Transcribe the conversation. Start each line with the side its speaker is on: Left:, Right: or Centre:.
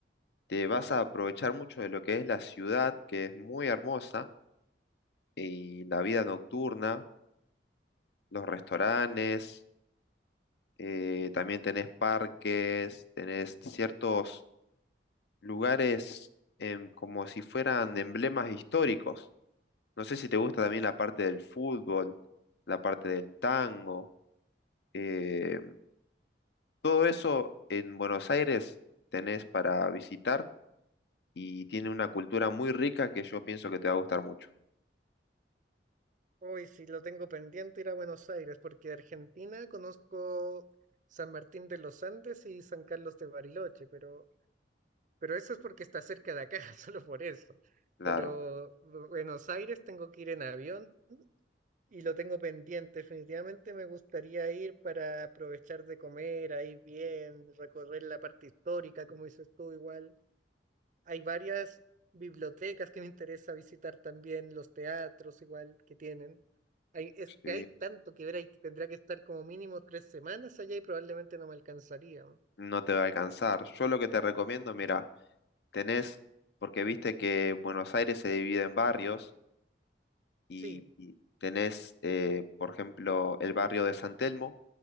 Left: te vas a aprovechar mucho de lo que es la ciudad, que es muy hermosa, y la vida nocturna, los restaurantes, eh, también tenés parques, tenés ciertos lugares em, como si fueran emblemas históricos. No sé si te gusta también la parte del fútbol, la parte del tango, eh, todo eso en Buenos Aires tenés para visitar y tiene una cultura muy rica que yo pienso que te va a gustar mucho.
Right: Hoy, si lo tengo pendiente, ir a Buenos Aires, porque de Argentina conozco San Martín de los Andes y San Carlos de Bariloche, pero, pero eso es porque está cerca de acá, <laughs> solo por eso.
Left: Claro,
Right: Pero Bu- Buenos Aires tengo que ir en avión Y lo tengo pendiente, definitivamente me gustaría ir para aprovechar de comer ahí bien, recorrer la parte histórica, como dices tú igual. Hay varias bibliotecas que me interesa visitar también, los teatros igual que tienen. Hay, es
Left: sí,
Right: que hay tanto que ver, ahí que tendría que estar como mínimo tres semanas allá y probablemente no me alcanzaría.
Left: no te va a alcanzar. Yo lo que te recomiendo, mira, tenés, porque viste que Buenos Aires se divide en barrios y,
Right: Sí,
Left: y tenés, eh, por ejemplo, el barrio de San Telmo,